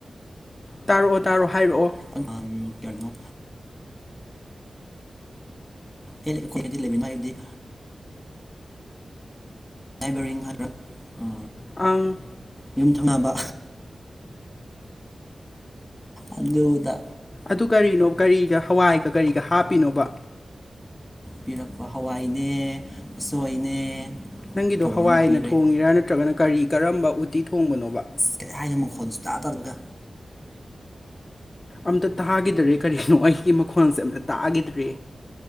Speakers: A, on the left; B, in the centre.
A: ꯇꯥꯔꯛꯑꯣ ꯇꯥꯔꯛꯑꯣ ꯍꯥꯏꯔꯛꯑꯣ
B: ꯑꯉꯥꯡ ꯀꯩꯅꯣ ꯑꯦ ꯑꯩꯈꯣꯏꯅꯗꯤ ꯂꯩꯃꯤꯟ ꯍꯥꯏꯕꯗꯤ ꯅꯥꯏꯕꯔꯤꯡ ꯍꯥꯏꯗ꯭ꯔ ꯎ
A: ꯑꯪ
B: ꯌꯨꯝ ꯊꯪꯅꯕ ꯑꯗꯨꯗ
A: ꯑꯗꯨ ꯀꯔꯤꯅꯣ ꯀꯔꯤꯒ ꯍꯋꯥꯏꯒ ꯀꯔꯤꯒ ꯍꯥꯞꯄꯤꯅꯣꯕ
B: ꯄꯤꯔꯛꯄ ꯍꯋꯥꯏꯅꯦ ꯎꯁꯣꯏꯅꯦ
A: ꯅꯪꯒꯤꯗꯣ
B: ꯊꯣꯡꯉꯒ
A: ꯍꯋꯥꯏꯅ
B: ꯄꯤꯔꯦ
A: ꯊꯣꯡꯉꯤꯔꯥ ꯅꯠꯇ꯭ꯔꯒꯅ ꯀꯔꯤ ꯀꯔꯝꯕ ꯎꯇꯤ ꯊꯣꯡꯕꯅꯣꯕ
B: ꯀꯩ ꯍꯥꯏꯅꯣ ꯃꯈꯣꯟꯁꯨ ꯇꯥ ꯇꯥꯗꯕꯒ
A: ꯑꯝꯇ ꯇꯥꯈꯤꯗꯔꯦ ꯀꯔꯤꯅꯣ ꯑꯩꯒꯤ ꯃꯈꯣꯟꯁꯦ ꯑꯝꯇ ꯇꯥꯈꯤꯗ꯭ꯔꯦ